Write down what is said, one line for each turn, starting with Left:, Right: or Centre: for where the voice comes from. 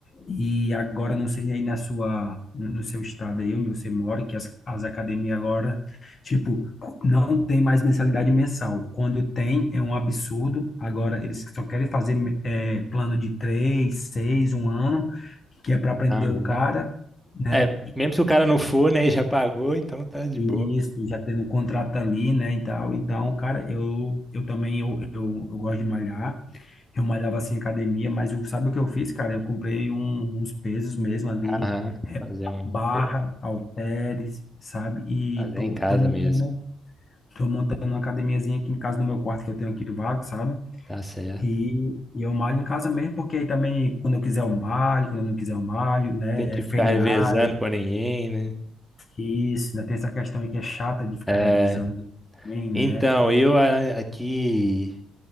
Left: E agora, não sei aí na sua, no seu estado aí onde você mora, que as, as academias agora, tipo, não tem mais mensalidade mensal. Quando tem, é um absurdo. Agora, eles só querem fazer é, plano de três, seis, um ano, que é para prender
Centre: Aham.
Left: o cara, né?
Centre: É, mesmo se o cara não for, né, e já pagou, então tá de
Left: Isso,
Centre: boa.
Left: já tendo um contrato ali, né, e tal. Então, cara, eu, eu também, eu, eu, eu gosto de malhar. Eu malhava, assim, em academia, mas eu, sabe o que eu fiz, cara? Eu comprei um- uns pesos mesmo ali,
Centre: Aham.
Left: é,
Centre: Fazer um,
Left: barra, halteres, sabe? E
Centre: fazer
Left: tô,
Centre: em casa
Left: tô montando,
Centre: mesmo.
Left: tô montando uma academiazinha aqui em casa, no meu quarto, que eu tenho aqui vago, sabe?
Centre: Tá certo.
Left: E, e eu malho em casa mesmo, porque aí também, quando eu quiser eu malho, quando eu não quiser eu malho, né?
Centre: Tem que
Left: É feriado,
Centre: ficar revezando com ninguém, né?
Left: isso, né? Tem essa questão aí que é chata de ficar
Centre: É,
Left: revezando também,
Centre: então,
Left: né?
Centre: eu a- aqui.